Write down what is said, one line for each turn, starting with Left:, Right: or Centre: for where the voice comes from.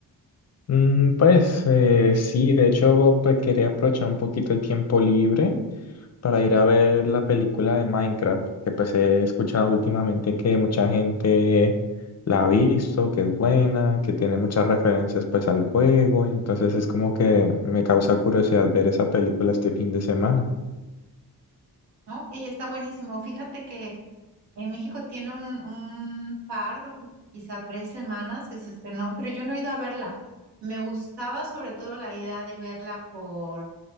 Left: Mm, pues eh, sí, de hecho, pues quería aprovechar un poquito el tiempo libre para ir a ver la película de Minecraft, que pues he escuchado últimamente que mucha gente la ha visto, que es buena, que tiene muchas referencias pues al juego, entonces es como que me causa curiosidad ver esa película este fin de semana.
Right: Ok, está buenísimo. Fíjate que en México tiene un, un par, quizá tres semanas que se estrenó, pero yo no he ido a verla. Me gustaba sobre todo la idea de verla por